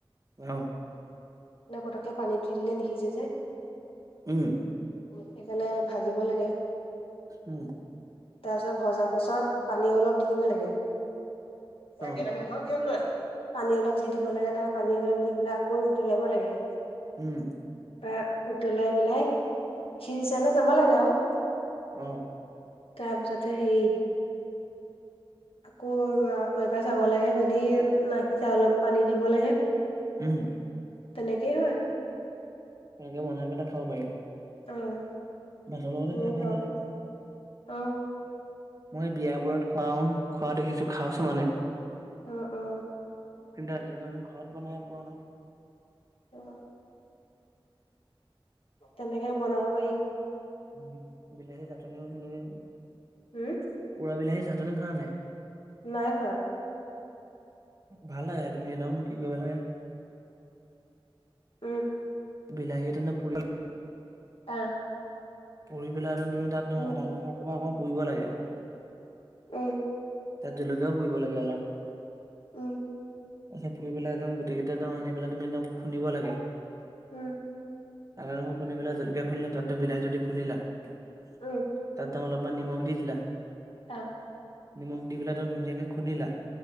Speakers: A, on the right; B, on the left.
A: অঁহ'।
B: তেনেকে পতকে পানীত দিলে নিসিজে যে।
A: উমঁ।
B: সেইকাৰণে ভাজিব লাগে।
A: উম
B: তাৰপাছত ভজাৰ পাছত পানী অলপ দি দিব লাগে।
A: অ
B: <unintelligible> পানী অলপ দি দিব লাগে তাৰপা পানী অলপ দি পেলাই আকৌ উতলাব লাগে।
A: উমঁ।
B: তাৰপা উতলাই পেলাই সিজিচে নাই চাব লাগে আৰু।
A: অ'।
B: তাৰপিছতে হেৰি
A: <inaudible>
B: আকৌ এবাৰ চাব লাগে যদি নাই সিজা অলপ পানী দিব লাগে।
A: উম।
B: তেনেকেই হয়।
A: তেনেকে বনাই পেলাই খাব পাৰি।
B: অ'।
A: ভাতৰ লগতে
B: তেনেকে
A: খাই ভাল
B: খাব
A: লাগে।
B: পাৰি অ
A: মই বিয়াবোৰত খোৱা উম খোৱা দেখিছো খাইচো মানে।
B: অ', অ'।
A: কিন্তু আজিলৈকে মানে ঘৰত বনাই পোৱা নাই।
B: অ', তেনেকৈ বনাব পাৰি।
A: উম বিলাহী <unintelligible>
B: হম?
A: পুৰা বিলাহী চাটনি খাৱ নাই?
B: নাই খোৱা।
A: ভাল লাগে তুমি একদম কি কৰিব লাগে
B: উম।
A: বিলাহী এটা পুৰি
B: অ'।
A: পুৰি পেলাই তুমি তাত ধৰা
B: উম
A: আদা নহৰু অকণমান পুৰিব লাগে।
B: উম।
A: তাত জলকীয়াও পুৰিব লাগে অলপ।
B: উম।
A: আচ্ছা পুৰি পেলাই গোটেইকেইটা আনি পেলাই তুমি খুন্দিব লাগে।
B: উম।
A: আদা নহৰু খুন্দি পেলাই জলকীয়া খুন্দিলে তাত বিলাহীটো দি খুন্দিলা। তাতে
B: উম
A: অলপ নিমখ দি দিলা।
B: অ'।
A: নিমখ দি পেলাই একদম ধুনীয়াকৈ খুন্দিলা।